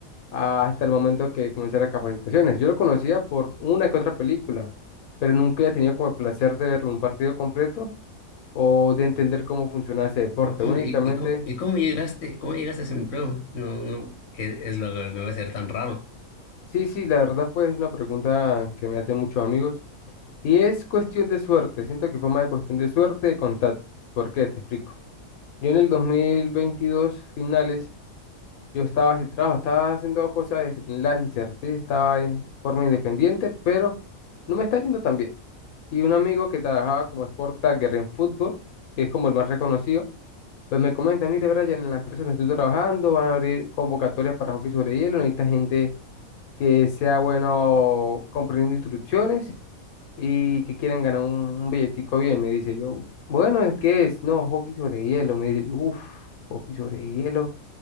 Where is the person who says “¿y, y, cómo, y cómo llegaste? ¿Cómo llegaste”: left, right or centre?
Left